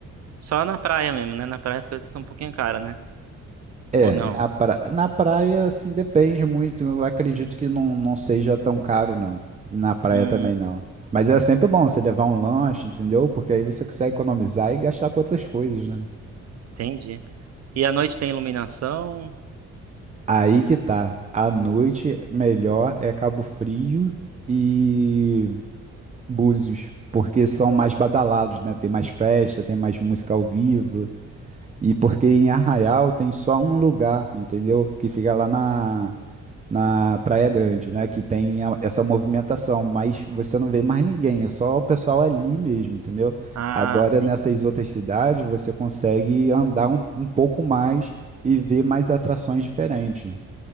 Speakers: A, on the right; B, on the right.
A: Só na praia mesmo, né? Na praia as coisas são um pouquinho caras, né?
B: É,
A: Ou não?
B: na, pra... na praia, assim, depende muito. Eu acredito que não, não seja tão caro, não. Na praia
A: Hum,
B: também não. Mas é sempre bom você levar um lanche, entendeu? Porque aí você consegue economizar e gastar com outras coisas, né?
A: entendi. E à noite tem iluminação?
B: Aí que tá. À noite, melhor é Cabo Frio e Búzios. Porque são mais badalados, né? Tem mais festa, tem mais música ao vivo. E porque em Arraial tem só um lugar, entendeu? Que fica lá na, na Praia Grande, né? Que tem a- essa movimentação, mas você não vê mais ninguém, é só o pessoal ali mesmo, entendeu?
A: Ah,
B: Agora
A: sim.
B: nessas outras cidades você consegue andar um, um pouco mais e ver mais atrações diferentes.